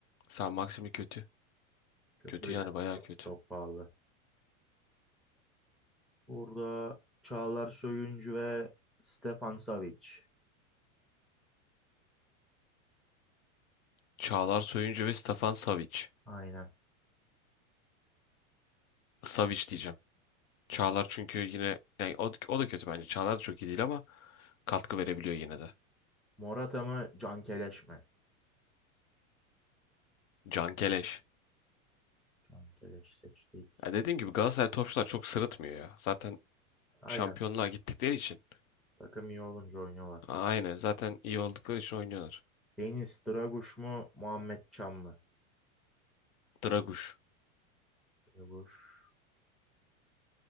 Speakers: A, on the left (about 80°); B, in the centre.
A: Sen Maxim'i kötü.
B: kötü
A: Kötü
B: bir
A: yani
B: de
A: bayağı
B: çok
A: kötü.
B: çok pahalı. Burada Çağlar Söyüncü ve Stefan Savic.
A: Çağlar Soyuncu ve Stefan Savic.
B: Aynen.
A: Savic diyeceğim. Çağlar çünkü yine yani o, o da kötü bence. Çağlar da çok iyi değil ama katkı verebiliyor yine de.
B: Morata mı? Cankeleş mi?
A: Can Keleş.
B: Cankeleş seçtik.
A: Ya dediğim gibi Galatasaray topçular çok sırıtmıyor ya. Zaten
B: Aynen.
A: şampiyonluğa gittikleri için.
B: Takım iyi olunca oynuyorlar.
A: Aynen zaten iyi oldukları için oynuyorlar.
B: Deniz Draguş mu? Muhammed Can mı?
A: Draguş.
B: Draguş.